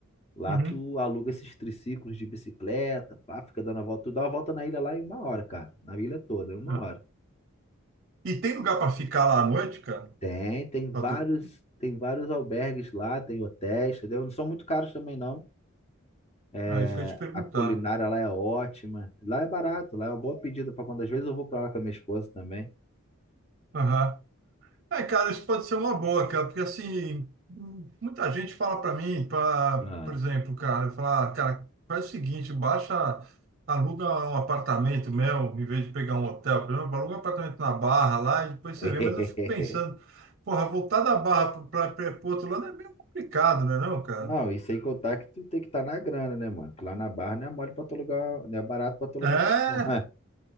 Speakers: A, on the left; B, on the right.
A: Lá
B: Uhum.
A: tu aluga esses triciclos de bicicleta, pá, fica dando a volta. Tu dá uma volta na ilha lá em uma hora, cara. Na ilha toda, em uma
B: É.
A: hora.
B: E tem lugar para ficar lá à noite, cara?
A: Tem, tem vários,
B: Pra dur-
A: tem vários albergues lá, tem hotéis, entendeu? Não são muito caros também, não. É,
B: Ah, isso que eu ia te perguntar.
A: a culinária lá é ótima. Lá é barato, lá é uma boa pedida para quando às vezes eu vou para lá com a minha esposa também.
B: Aham. É, cara, isso pode ser uma boa, cara, porque assim, m- muita gente fala para mim, pra,
A: Ah.
B: por exemplo, cara, falar, cara, faz o seguinte, baixa, aluga um apartamento mesmo, em vez de pegar um hotel, por exemplo, aluga um apartamento na Barra lá e depois
A: <laughs>
B: você vê, mas eu fico pensando, porra, voltar da Barra para o outro lado é meio complicado, não é não, cara?
A: Não, e sem contar que tu tem que estar na grana, né, mano? Que lá na Barra não é mole pra tu alugar, não é barato pra tu alugar
B: É,
A: um.